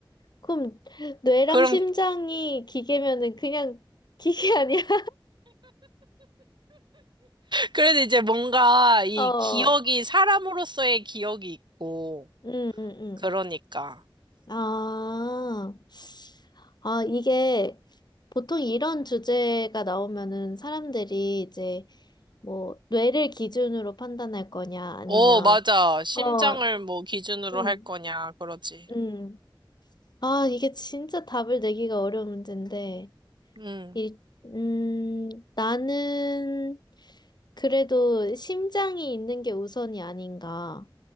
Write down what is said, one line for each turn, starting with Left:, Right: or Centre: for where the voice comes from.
Left: 그럼 뇌랑
Right: 그럼
Left: 심장이 기계면은 그냥 기계 아니야? <laughs>
Right: 그래도 이제 뭔가 이
Left: 어,
Right: 기억이 사람으로서의 기억이 있고,
Left: 음, 음, 음.
Right: 그러니까.
Left: 아, 아, 이게 보통 이런 주제가 나오면은 사람들이 이제 뭐 뇌를 기준으로 판단할 거냐 아니면
Right: 어, 맞아. 심장을
Left: 어,
Right: 뭐 기준으로
Left: 음,
Right: 할 거냐, 그러지.
Left: 음. 아, 이게 진짜 답을 내기가 어려운 문제인데.
Right: 응.
Left: 일, 음, 나는 그래도 심장이 있는 게 우선이 아닌가